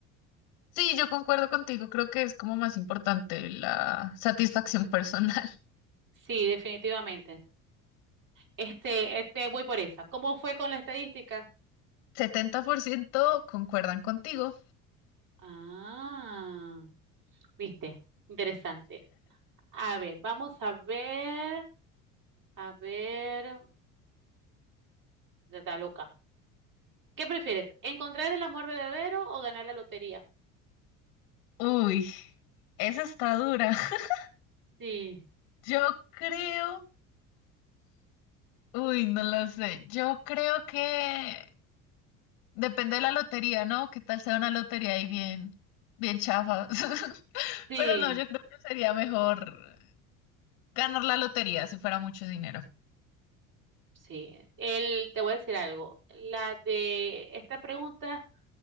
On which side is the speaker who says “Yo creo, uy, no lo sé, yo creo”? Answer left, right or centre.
Left